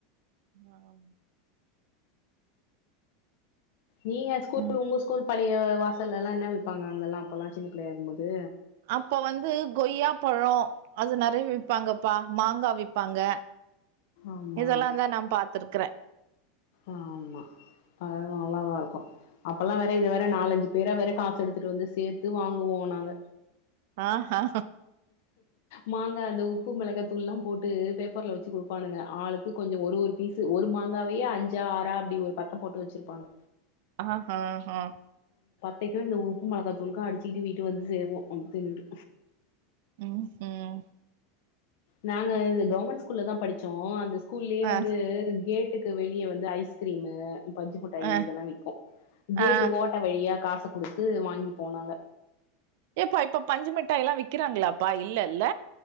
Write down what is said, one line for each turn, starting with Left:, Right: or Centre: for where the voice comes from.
Right: ஆமா
Left: நீங்க ஸ்கூல்
Right: ம்
Left: உங்க ஸ்கூல் பழைய வாசல்லெல்லா என்ன விப்பாங்க அங்கெல்லா அப்பல்லா சின்ன பிள்ளயா இருக்கும்போது
Right: அப்ப வந்து கொய்யா பழோ அது நறைய விப்பாங்கப்பா மாங்கா விப்பாங்க
Left: ஆமா
Right: இதெல்லா தா நா பாத்துருக்குறே
Left: ஆமா அதல்லா நல்லாதாருக்கூ அப்பல்லா வேற இது வேற நாலஞ்சு பேரா வேற காசு எடுத்துட்டு வந்து சேத்து வாங்குவோ நாங்க
Right: ஆ ஹா
Left: மாங்கா அந்த உப்பு மெளகாத்தூள்லா போட்டு பேப்பர்ல வச்சு குடுப்பானுங்க ஆளுக்கு கொஞ்சே ஒரு ஒரு பீஸு ஒரு மாங்காவையே அஞ்சா ஆறா அப்டி ஒரு பத்த போட்டு வச்சிருப்பாங்க
Right: ஆ ஹா ஹா
Left: தேட்டு இந்த உப்பு மளகாத்தூள்கூ அடிச்சுகிட்டு வீட்டு வந்து சேருவோ அப் தின்ட்டு
Right: ம் ம்
Left: நாங்க இந்த கௌமெண்ட் ஸ்கூல்ல தா படிச்சோ அந்த ஸ்கூல்லயே
Right: ஆ
Left: வந்து கேட் டுக்கு வெளியே வந்து ஐஸ்கிரீமு பஞ்சு மிட்டாயி
Right: ஆ
Left: இதெல்லா விக்கூ கேட்டு
Right: ஆ
Left: ஓட்ட வழியா காச குடுத் து வாங்கிப்போ நாங்க
Right: ஏப்பா இப்ப பஞ்சு மிட்டாயல்லா விக்கிறாங்களாப்பா இல்லேல்ல